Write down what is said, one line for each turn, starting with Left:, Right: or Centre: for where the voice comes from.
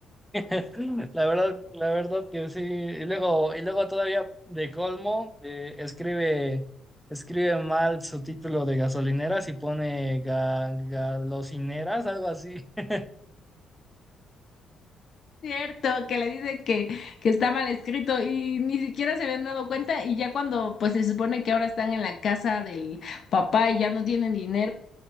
Centre: <laughs> La verdad, la verdad que sí. Y luego, y luego todavía de colmo, eh, escribe, escribe mal su título de gasolineras y pone ga- galocineras, algo así. <laughs>
Left: Cierto, que le dice que, que está mal escrito y ni siquiera se habían dado cuenta y ya cuando pues se supone que ahora están en la casa del papá y ya no tienen dinero,